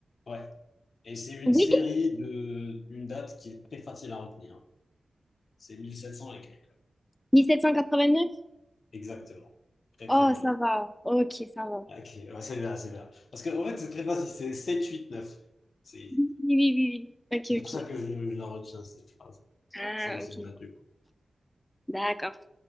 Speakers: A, on the left; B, on the left.
A: Ouais. Et c'est une
B: Oui,
A: série de une date qui est très facile à retenir. hein. C'est 1700 et quelques.
B: 1789.
A: Exactement. Très,
B: Oh,
A: très bonne.
B: ça va. Ok, ça va.
A: Ok, ouais, c'est bien, c'est bien. Parce que, en fait, c'est très facile. C'est 7, 8, 9. C'est
B: Oui, oui, oui. oui. Ok,
A: c'est pour ça
B: ok.
A: que je, je la retiens, cette phrase.
B: Ah,
A: C'est cette
B: ok.
A: date du coup.
B: D'accord.